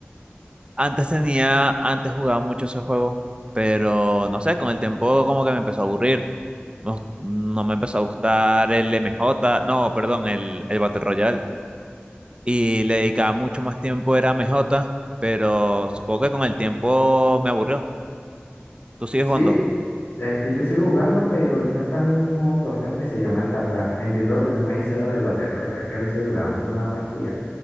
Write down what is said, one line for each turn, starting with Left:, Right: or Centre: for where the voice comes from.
Right: Antes tenía, antes jugaba mucho ese juego, pero no sé, con el tiempo como que me empezó a aburrir. No, no me empezó a gustar el m j no, perdón, el, el Battle Royale. y le dedicaba mucho más tiempo era a MJ, pero supongo que con el tiempo me aburrió. ¿Tú sigues
Left: Sí,
Right: jugando?
Left: Este, yo sigo jugando, pero ahorita está en un nuevo torneo que se llama Alcatraz. Entiendo lo que tú me dices, lo del Battle Royale, es que a veces duraba mucho una partida.